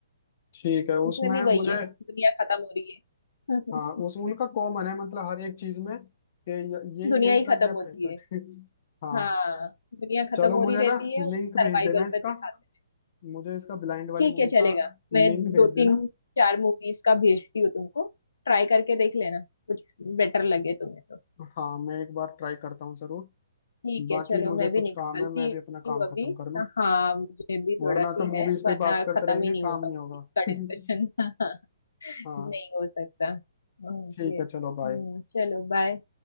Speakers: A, on the left; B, on the left.
A: ठीक है
B: उसमें
A: उसमें
B: भी वही
A: मुझे
B: है दुनिया खत्म हो रही है <laughs>
A: हाँ उस उनका कॉमन है मतलब हर एक चीज में कि य- ये
B: दुनिया
A: यही
B: ही
A: कंसेप्ट
B: खत्म होती
A: रहता
B: है
A: है <laughs> हाँ
B: हाँ दुनिया
A: चलो
B: खत्म हो
A: मुझे
B: रही
A: ना
B: रहती है
A: लिंक
B: सर्वाइवल
A: भेज देना इसका
B: पर दिखाते हैं
A: मुझे इसका ब्लाइंड वाली
B: ठीक
A: मूवी
B: है चलेगा
A: का लिंक
B: मैं दो
A: भेज
B: तीन
A: देना
B: चार मूवीज का भेजती हूँ तुमको ट्राई करके देख लेना कुछ बेटर लगे तुम्हें तो
A: हाँ मैं एक बार ट्राई करता हूँ जरूर
B: ठीक है
A: बाकी
B: चलो
A: मुझे
B: मैं भी
A: कुछ
B: निकलती
A: काम है मैं अभी अपना
B: हूँ
A: काम
B: अभी
A: खत्म कर लूं
B: हाँ मुझे भी
A: वरना
B: थोड़ा सी
A: तो मूवीज
B: है
A: पे
B: वरना
A: बात करते
B: खत्म
A: रहेंगे
B: ही नहीं
A: काम
B: होगा
A: नहीं होगा
B: इसका
A: <laughs>
B: डिस्कशन <laughs>
A: हाँ
B: नहीं हो सकता ओके
A: ठीक है
B: हम्म
A: चलो बाय
B: चलो बाय